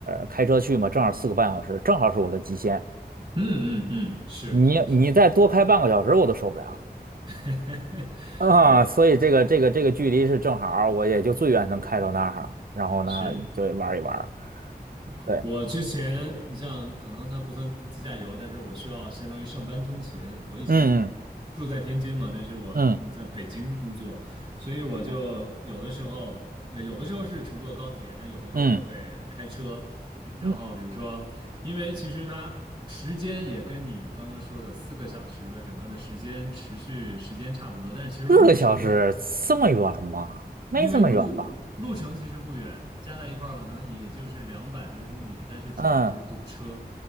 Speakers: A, on the right; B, on the right.
A: 开车去嘛，正好四个半小时，正好是我的极限，
B: 嗯嗯嗯，是是是，
A: 你你再多开半个小时我都受不了。
B: <laughs>
A: 啊，
B: 对，
A: 所以这个这个这个距离是正好儿我也就最远能开到那儿，然后呢，
B: 是。
A: 就玩一玩对，
B: 我之前，你像可能它不算自驾游，但是我需要相当于上班通勤。我以前住在天津嘛，
A: 嗯
B: 但是我呃在北京工作，
A: 嗯
B: 所以我就有的时候，
A: 嗯
B: 呃有的时候是乘坐高铁，但有的时候我也会开车。
A: 嗯
B: 比然后比如说，
A: 嗯，
B: 因为其实它时间也跟你刚刚说的四个小时的整个的时间持续时间差不多，但是其实路嗯，
A: 四个小时这么远吗？
B: 程
A: 没这么远吧？
B: 因为路路程其实不远，加在一块儿可能也就是两百多公里，但是主要就是堵车。
A: 嗯，